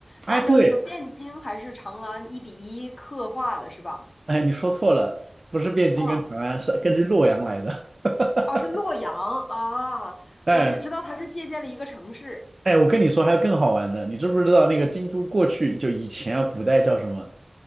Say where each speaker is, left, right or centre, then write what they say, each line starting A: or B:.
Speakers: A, on the left (about 75°); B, on the right (about 50°).
A: 按照那个汴京还是长安一比一刻画的，
B: 哎，对，
A: 是吧？
B: 哎，你说错了，不是汴京跟长安，
A: 啊
B: 是根据洛阳来的。<laughs>
A: 啊，是洛阳啊，
B: 哎
A: 我只知道它是借鉴了一个城市，
B: 哎，我跟你说，还有更好玩的，你知不知道那个京都过去就以前啊，古代叫什么？